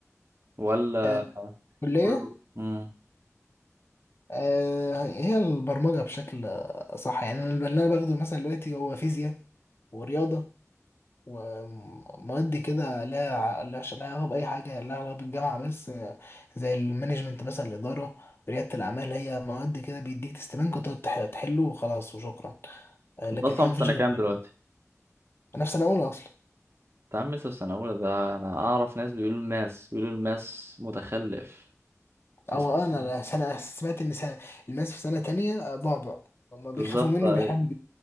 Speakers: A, on the right; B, on the left.
A: ولا
B: آه، الكلية
A: كله مم.
B: آه هي البرمجة بشكل آه، صح يعني أنا اللي أنا باخده مثلا دلوقتي هو فيزياء ورياضة ومواد كده لها ع- لها ش- لها علاقة بأي حاجة لها علاقة بالجامعة بس آه، زي المانجمنت مثلا الإدارة ريادة الأعمال هي مواد كده بيديك تستبانك وتقعد تح- تحله وخلاص وشكرا آه، لكن
A: انت اصلا
B: هي
A: في
B: مفيش
A: سنة
B: غير
A: كام
B: كده
A: دلوقتي؟
B: أنا في سنة أولى أصلا
A: انت عم لسه في سنة أولى ده أنا أعرف ناس بيقولوا الماس بيقولوا الماس متخلف في
B: أو
A: سنة
B: أنا لا- سنة سمعت إن سنة الماس في سنة تانية آه، بعبع هما بيخافوا
A: بالظبط
B: منه
A: أيوه
B: بيحلموا